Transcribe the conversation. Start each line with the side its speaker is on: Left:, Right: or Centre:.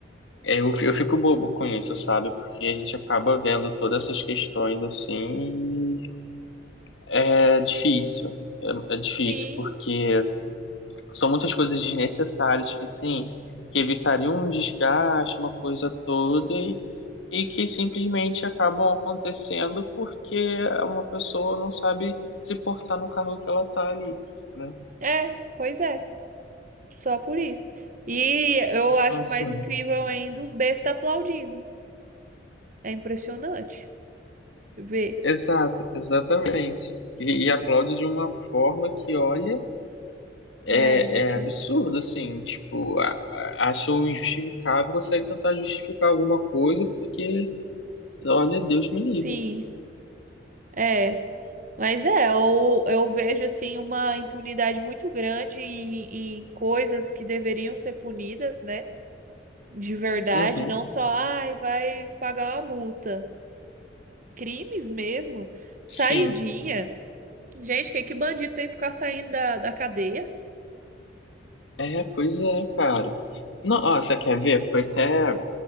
Left: é, eu, eu fico bobo com isso, sabe? Porque a gente acaba vendo todas essas questões assim e é difícil. É, é difícil,
Right: Sim,
Left: porque são muitas coisas desnecessárias que, assim, que evitariam um desgaste, uma coisa toda, e, e que simplesmente acabam acontecendo porque uma pessoa não sabe se portar no carro que ela tá ali, né?
Right: é, pois é, só por isso. E eu
Left: Então,
Right: acho
Left: assim.
Right: mais incrível ainda os bestas aplaudindo. É impressionante ver.
Left: Exato, exatamente. E, e aplaude de uma forma que, olha, é,
Right: Ai, gente,
Left: é absurdo,
Right: é.
Left: assim, tipo, a, a- acho injustificável, consegue tentar justificar alguma coisa, porque, olha, Deus
Right: Sim,
Left: me livre.
Right: é. Mas é, eu, eu vejo assim uma impunidade muito grande em, em coisas que deveriam ser punidas, né? De verdade,
Left: Uhum,
Right: não só, ai, vai pagar uma multa. Crimes mesmo, saidinha.
Left: sim.
Right: Gente, que, que bandido tem que ficar saindo da, da cadeia?
Left: É, pois é, cara. Não, ó, você quer ver? Foi até,